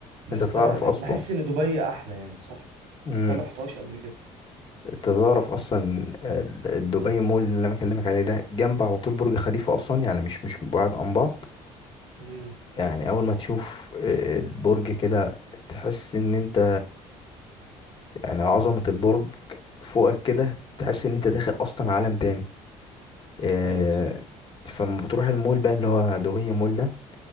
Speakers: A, on the right; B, on the left.
A: بس
B: انت تعرف
A: طبعا بح-
B: اصلا
A: بحس إن دبي أحلى يعني صح؟
B: امم
A: بس أنا مرحتهاش قبل
B: انت تعرف اصلا
A: كده
B: آه، دبي مول اللي انا بكلمك عليه ده جنب على طول برج خليفه اصلا يعني مش مش بعاد عن بعض
A: مم.
B: يعني اول ما تشوف آه، البرج كده تحس ان انت يعني عظمه البرج فوقك كده تحس ان انت داخل اصلا عالم تاني آه،
A: ايوه يا صديقي
B: فلما بتروح المول بقى اللي هو دبي مول ده